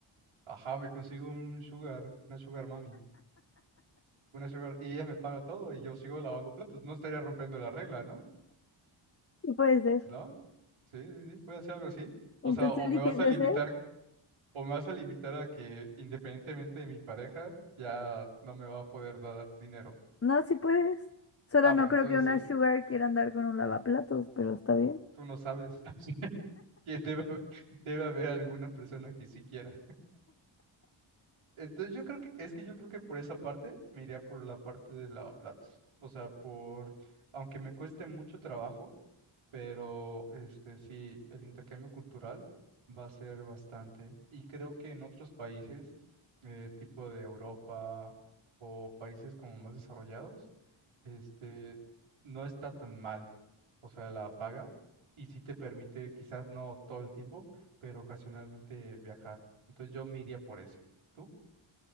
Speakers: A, on the right; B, on the left.
A: Ajá, me consigo un sugar, una sugar mami. Una sugar- y ella me paga todo y yo sigo lavando platos. No estaría rompiendo la regla, ¿no?
B: Y puede ser.
A: ¿No? Sí, sí, sí, puede ser algo así. O
B: Entonces
A: sea, o
B: eliges
A: me vas a
B: ese.
A: limitar, o me vas a limitar a que independientemente de mi pareja, ya no me va a poder dar dinero.
B: No, si puedes. Solo
A: Ah, bueno,
B: no creo
A: entonces
B: que una Sugar
A: sí,
B: quiera andar con un lavaplatos, pero está bien.
A: tú no sabes <laughs> que debe, haber- debe haber alguna persona que sí quiera. Entonces yo creo que, es que yo creo que por esa parte me iría por la parte de lavaplatos. O sea, por, aunque me cueste mucho trabajo pero este sí, el intercambio cultural va a ser bastante. Y creo que en otros países, eh, tipo de Europa o países como más desarrollados, este no está tan mal. O sea, la paga y sí te permite, quizás no todo el tiempo, pero ocasionalmente viajar. Entonces yo me iría por ese. ¿Tú?